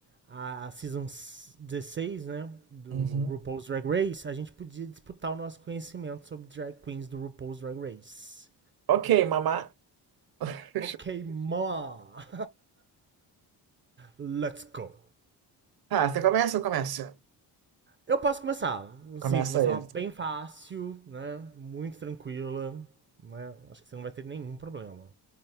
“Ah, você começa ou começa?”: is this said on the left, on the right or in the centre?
Right